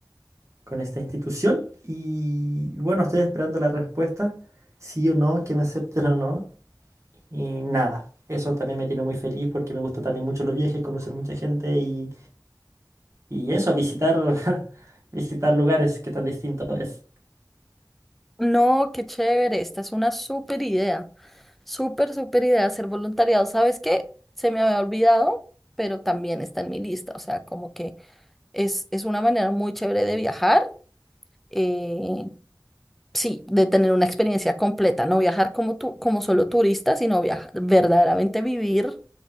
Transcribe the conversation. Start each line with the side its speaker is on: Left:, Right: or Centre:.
Right: con esta institución y bueno, estoy esperando la respuesta, sí o no, que me acepten o no, y nada. Eso también me tiene muy feliz porque me gusta también mucho los viajes, conocer mucha gente y, y eso, visitar, <laughs> visitar lugares, que tan distinto es.
Centre: no, qué chévere, esta es una súper idea, súper, súper idea hacer voluntariado. ¿Sabes qué? Se me había olvidado, pero también está en mi lista, o sea, como que es, es una manera muy chévere de viajar. eh, Sí, de tener una experiencia completa, no viajar como tú, como solo turista, sino viajar, verdaderamente vivir